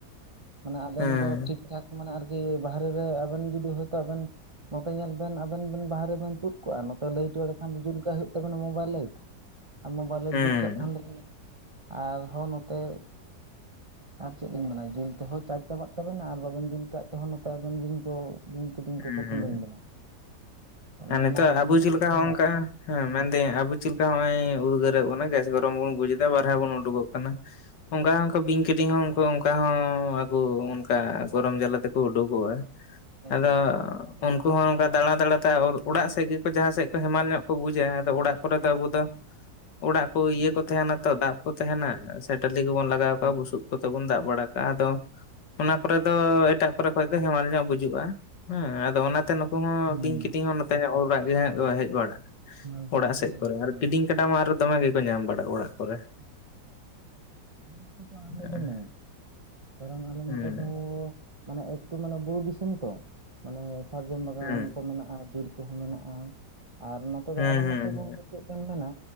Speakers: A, on the right; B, on the left.
A: <inaudible> ᱢᱟᱱᱮ ᱟᱵᱮᱱ
B: ᱦᱮᱸ
A: ᱫᱚ ᱴᱷᱤᱠ ᱴᱷᱟᱠ ᱢᱟᱱᱮ ᱟᱨᱠᱤ ᱵᱟᱨᱦᱨᱮ ᱨᱮ ᱟᱵᱮᱱ ᱡᱩᱫᱤ ᱦᱳᱭᱛᱳ ᱟᱵᱮᱱ ᱱᱚᱛᱮ ᱧᱮᱞ ᱵᱮᱱ ᱟᱵᱮᱱ ᱵᱮᱱ ᱵᱟᱦᱨᱮ ᱵᱮᱱ ᱛᱩᱫ ᱠᱚᱜᱼᱟ ᱱᱚᱛᱮ ᱞᱟᱹᱭᱤᱴ <unintelligible> ᱠᱷᱟᱱ ᱡᱩᱞᱼᱠᱟᱜ ᱦᱩᱭᱩᱜ ᱛᱟᱵᱮᱱᱟ ᱢᱳᱵᱟᱭᱤᱞ ᱞᱟᱭᱤᱴ ᱾ ᱟᱨ ᱢᱳᱵᱟᱭᱤᱞ ᱞᱟᱭᱤᱴ
B: ᱦᱮᱸ
A: ᱡᱩᱞ ᱠᱟᱜ ᱠᱷᱟᱱ ᱫᱚ <inaudible> ᱟᱨᱦᱚᱸ ᱱᱚᱛᱮ ᱟᱨ ᱪᱮᱫ ᱞᱤᱧ ᱢᱮᱱᱟ ᱡᱩᱞ ᱛᱮᱦᱚᱸ ᱪᱟᱨᱡᱽ ᱪᱟᱵᱟᱜ ᱛᱟᱵᱮᱱᱟ ᱟᱨ ᱵᱟᱵᱮᱱ ᱡᱩᱞ ᱠᱟᱫ ᱛᱮᱦᱚᱸ ᱱᱚᱛᱮ ᱟᱵᱮᱱ ᱵᱤᱧ ᱠᱚ ᱠᱤᱫᱤᱱ
B: ᱦᱮᱸ
A: ᱠᱚᱠᱚ ᱛᱩᱞᱟᱹᱢ ᱵᱮᱱᱟ <inaudible>
B: ᱟᱨ
A: ᱱᱟᱱᱟ
B: ᱱᱤᱛᱚᱜ
A: ᱨᱚᱠᱚᱢ
B: ᱟᱵᱚ ᱪᱮᱫ ᱞᱮᱠᱟ
A: ᱥᱚᱢᱚᱥ
B: ᱦᱚᱸ ᱚᱱᱠᱟ ᱦᱮᱸ ᱢᱮᱱᱫᱟᱹᱧ ᱟᱵᱚ ᱪᱮᱫ ᱞᱮᱠᱟ ᱱᱚᱜᱼᱚᱭ ᱩᱫᱽᱜᱟᱹᱨᱮᱜ ᱵᱚᱱᱟ ᱜᱮᱥ ᱜᱚᱨᱚᱢ ᱵᱚᱱ ᱵᱩᱡ ᱮᱫᱟ ᱵᱟᱨᱦᱮᱸ ᱵᱚᱱ ᱩᱰᱩᱠᱚᱜ ᱠᱟᱱᱟ ᱾ <inaudible> ᱚᱱᱠᱟ ᱚᱱᱠᱟ ᱵᱤᱧ ᱠᱤᱫᱤᱧ ᱦᱚᱸ ᱩᱱᱠᱩ ᱚᱱᱠᱟ ᱦᱚᱸ ᱟᱠᱚ ᱚᱱᱠᱟ ᱜᱚᱨᱚᱢ ᱡᱟᱞᱟ ᱛᱮᱠᱚ ᱩᱰᱩᱠᱚᱜᱼᱟ ᱾ ᱟᱫᱚᱻ
A: ᱜᱚᱝᱠᱮ ᱟᱞᱮ ᱟᱞᱮ
B: ᱩᱱᱠᱩ ᱦᱚᱸ ᱚᱱᱠᱟ ᱫᱟᱬᱟ ᱫᱟᱬᱟ ᱛᱮ ᱚᱲᱟᱜ ᱥᱮᱫ ᱜᱮᱠᱚ ᱡᱟᱦᱟᱸ ᱥᱮᱡ ᱠᱚ ᱦᱮᱢᱟᱞ ᱧᱚᱜ ᱠᱚ ᱵᱩᱡᱟ ᱟᱫᱚ ᱚᱲᱟᱜ ᱠᱚᱨᱮ ᱫᱚ ᱟᱵᱚ ᱫᱚ ᱚᱲᱟᱜ ᱠᱚ
A: ᱦᱮᱸ
B: ᱤᱭᱟᱹ ᱠᱚ ᱛᱟᱦᱮᱱᱟ ᱛᱚ ᱫᱟᱜ ᱠᱚ ᱛᱟᱦᱮᱱᱟ ᱥᱮ ᱴᱟᱹᱞᱤ ᱠᱚᱵᱚᱱ ᱞᱟᱜᱟᱣ
A: ᱦᱮᱸ
B: ᱠᱟᱜᱼᱟ ᱵᱩᱥᱩᱵ ᱠᱚᱛᱮ ᱵᱚᱱ ᱫᱟᱵ ᱵᱟᱲᱟ ᱠᱟᱜᱼᱟ ᱾ ᱟᱫᱚ <inaudible> ᱚᱱᱟ ᱠᱚᱨᱮ ᱫᱚ ᱮᱴᱟᱜ ᱠᱚᱨᱮ ᱠᱷᱚᱡ ᱫᱚ ᱦᱮᱢᱟᱞ ᱧᱚᱜ ᱵᱩᱡᱩᱜᱼᱟ ᱾ ᱦᱮᱸ ᱟᱫᱚ ᱚᱱᱟᱛᱮ ᱱᱩᱠᱩ ᱦᱚᱸ
A: ᱦᱮᱸ
B: ᱵᱤᱧ ᱠᱤᱫᱤᱧ ᱦᱚᱸ ᱱᱚᱛᱮ ᱦᱚᱲ ᱚᱲᱟᱜ ᱜᱮ ᱦᱟᱜ ᱠᱚ ᱦᱮᱡ ᱵᱟᱲᱟᱜᱼᱟ ᱾
A: ᱚᱱᱟ
B: ᱚᱲᱟᱜ
A: ᱚᱱᱟ
B: ᱥᱮᱫ
A: ᱜᱮᱠᱚ
B: ᱠᱚᱨᱮ
A: ᱯᱟᱸᱡᱟᱭᱟ᱾
B: ᱟᱨ ᱠᱤᱫᱤᱧ ᱠᱟᱴᱟ ᱢᱟ ᱟᱨᱚ ᱫᱚᱢᱮ ᱜᱮᱠᱚ ᱧᱟᱢ ᱵᱟᱲᱟᱜᱼᱟ ᱚᱲᱟᱜ ᱠᱚᱨᱮ ᱾
A: <inaudible> ᱵᱟᱦᱨᱮ
B: ᱦᱮᱸ
A: ᱠᱟᱹᱢᱤ <inaudible> ᱠᱟᱨᱚᱱ ᱟᱞᱮ
B: ᱦᱮᱸ
A: ᱱᱚᱛᱮ ᱫᱚᱻ ᱢᱟᱱᱮ ᱮᱠᱴᱩ ᱢᱟᱱᱮ ᱵᱩᱨᱩ ᱫᱤᱥᱚᱢ ᱛᱚ ᱢᱟᱱᱮ ᱥᱟᱨᱡᱚᱢ ᱵᱟᱜᱟᱱ
B: ᱦᱮᱸ
A: ᱠᱚ ᱢᱮᱱᱟᱜᱼᱟ ᱵᱤᱨ ᱠᱚᱦᱚᱸ ᱢᱮᱱᱟᱜᱼᱟ ᱾ <inaudible> ᱟᱨ ᱱᱚᱛ ᱮ
B: ᱦᱮᱸ
A: ᱫᱚ ᱟᱞᱮ
B: ᱦᱮᱸ
A: ᱱᱚᱛᱮ ᱜᱚᱝᱠᱮ ᱪᱮᱫ ᱵᱮᱱ ᱢᱮᱱᱟ